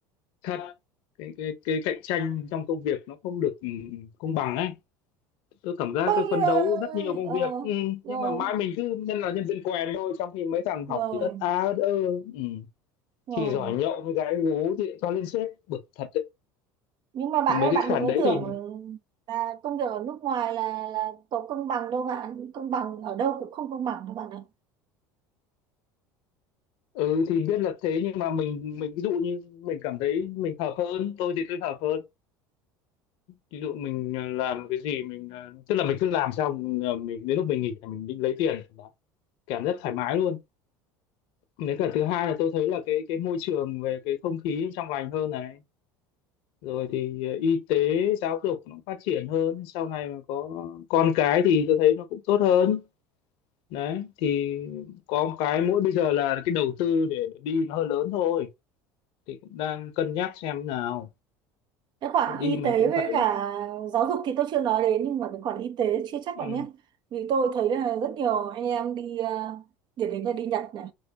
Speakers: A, on the left (about 65°); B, on the right (about 50°).
A: thật cái cái cái cạnh tranh trong công việc nó không được ừ, công bằng ấy tôi cảm giác
B: tôi
A: tôi phấn
B: ờ,
A: đấu rất nhiều công
B: ờ,
A: việc ừ,
B: rồi
A: nhưng mà mãi mình cứ nhân là nhân viên quèn thôi trong khi mấy thằng học
B: rồi
A: thì ất a ất ơ ừ.
B: rồi
A: chỉ giỏi nhậu với gái gú thì cho lên sếp bực thật
B: nhưng mà bạn
A: Mấy
B: ơi
A: cái
B: bạn
A: khoản
B: đừng có
A: đấy
B: tưởng
A: thì
B: là công việc ở nước ngoài là là có công bằng đâu bạn công bằng ở đâu cũng không công bằng đâu bạn ạ
A: ừ, thì biết là thế nhưng mà mình mình ví dụ như mình cảm thấy mình hợp hơn, tôi thì tôi hợp hơn. Ví dụ mình ờ, làm cái gì mình ờ, tức là mình cứ làm xong ờ, mình đến lúc mình nghỉ là mình đi lấy tiền cảm giác thoải mái luôn. Nếu cả thứ hai là tôi thấy là cái cái môi trường về cái không khí trong lành hơn này. Rồi thì ờ, y tế, giáo dục nó cũng phát triển hơn, sau này mà có con cái thì tôi thấy nó cũng tốt hơn. Đấy, thì có một cái mỗi bây giờ là cái đầu tư để đi nó hơi lớn thôi thì cũng đang cân nhắc xem nào
B: cái khoản
A: Thì đi
B: y
A: mình
B: tế
A: cũng
B: với
A: phải
B: cả giáo dục thì tôi chưa nói đến nhưng mà cái khoản y tế chưa chắc
A: ừ
B: bạn nhé vì tôi thấy là rất nhiều anh em đi ờ, điển hình là đi Nhật này